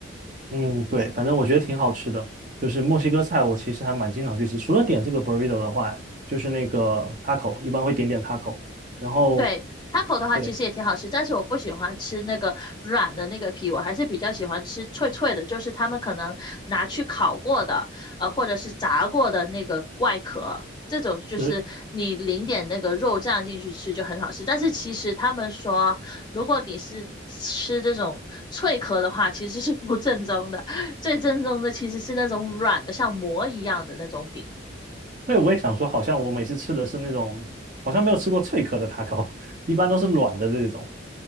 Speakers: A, on the right (about 40°); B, on the left (about 20°).
A: 嗯，对，反正我觉得挺好吃的。就是墨西哥菜，我其实还蛮经常去吃。除了点这个 burrito 的话，就是那个 taco，一般会点点 taco。然后，
B: 对，taco 的话其实也挺好吃，
A: 对，
B: 但是我不喜欢吃那个软的那个皮，我还是比较喜欢吃脆脆的，就是他们可能拿去烤过的，呃，或者是炸过的那个外壳，这种就是你淋点那个肉酱进去吃就很好吃。
A: 就是
B: 但是其实他们说，如果你是吃这种脆壳的话，其实是不正宗的，最正宗的其实是那种软的，像馍一样的那种饼。
A: 对，我也想说，好像我每次吃的是那种，好像没有吃过脆壳的 taco，<laughs> 一般都是软的这种。